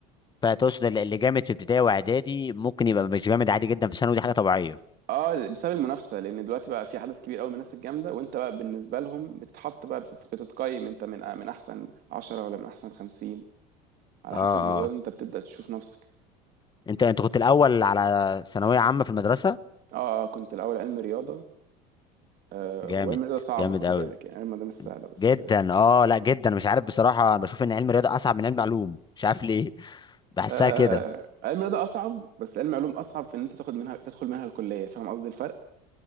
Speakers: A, on the left (about 25°); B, on the right (about 55°).
A: فتقصد اللي اللي جامد في ابتدائي واعدادي ممكن يبقى مش جامد عادي جدا في ثانوي دي حاجه طبيعيه
B: اه بسبب المنافسه لان دلوقتي بقى في عدد كبير قوي من الناس الجامده وانت بقى بالنسبه لهم بتتحط بقى بتت- بتتقيم انت من آه، من احسن 10 ولا من احسن 50 على
A: اه
B: حسب الموضوع
A: اه
B: ده انت بتبدا تشوف نفسك
A: انت انت كنت الاول على ثانويه عامه في المدرسه
B: اه آه، كنت الاول علم رياضه آه
A: جامد
B: وعلم رياضه صعب
A: جامد
B: خد
A: قوي
B: بالك يعني علم رياضه مش سهله بس
A: جدا اه لا جدا مش عارف بصراحه انا بشوف ان علم الرياضه اصعب من علم علوم مش عارف ليه <laughs> بحسها
B: آه
A: كده
B: علم رياضه اصعب بس علم علوم اصعب في ان انت تاخد منها تدخل منها الكليه فاهم قصدي الفرق